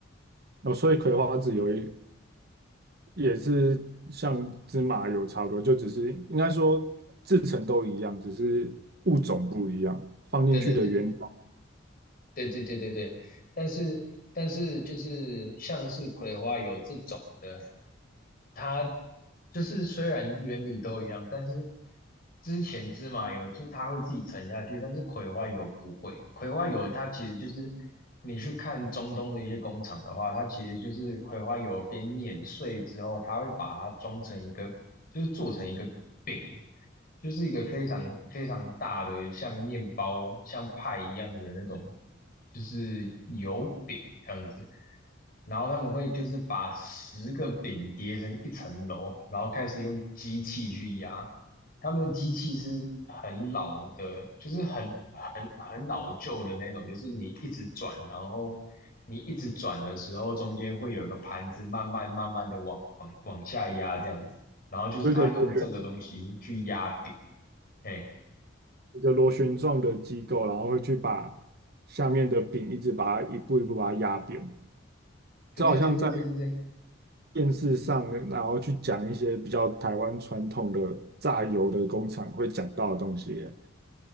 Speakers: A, on the right; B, on the left.
A: 哦，所以葵花籽油也也是像芝麻油差不多，就只是应该说制成都一样，只是物种不一样，放进去的原料
B: 对对对对对对对对，但是但是就是像是葵花油这种的，它就是虽然原理都一样，但是之前芝麻油就是它会自己沉下去，但是葵花油不会。葵花油它其实就是你去看中东的一些工厂的话，它其实就是葵花油边碾碎之后，它会把它装成一个，就是做成一个饼，就是一个非常非常大的像面包、像派一样的那种，就是油饼这样子。然后他们会就是把十个饼叠成一层楼，然后开始用机器去压。他们的机器是很老的，就是很很很老旧的那种，就是你一直转，然后你一直转的时候，中间会有一个盘子慢慢慢慢的往往往下压这样子。然后就是他用这个东西去压饼，
A: 有一个螺旋
B: 哎，
A: 一个螺旋状的机构，然后会去把下面的饼一直把它一步一步把它压扁，
B: 对对对对对对对。
A: 这好像在。电视上，然后去讲一些比较台湾传统的榨油的工厂会讲到的东西耶